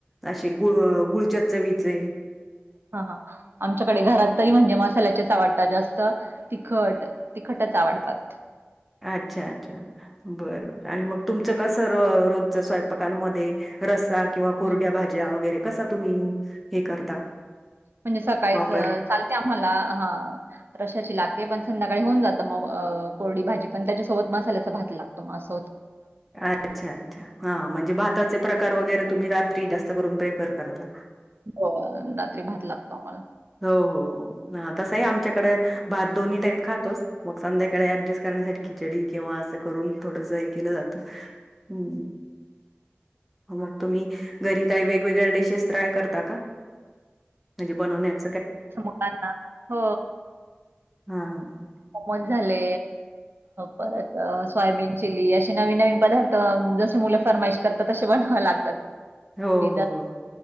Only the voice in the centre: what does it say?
असे गुळ गुळच्या चवीचे.
अच्छा अच्छा बरं बर आणि मग - तुमचं कसं रो रोजच्या स्वयंपाकांमध्ये रस्सा किंवा कोरड्या
भाज्या वगैरे, कसा तुम्ही हे करता.
वापर?
अच्छा अच्छा हा म्हणजे भाताचे प्रकार वगैरे - तुम्ही रात्री जास्त करून प्रेफर करता.
हो हो ह तंसही आमच्याकडे भात दोन्ही टाईम खातोस मग संध्याकाळी ऍडजस्ट करण्यासाठी <unintelligible> चडी किंवा असं करून थोडस हे केलं जात ह. हो मग तुम्ही घरी काही वेगवेगळ्या डिशेस ट्राय करता का. म्हणजे बनवन्यात.
ह ह
हो हो
हो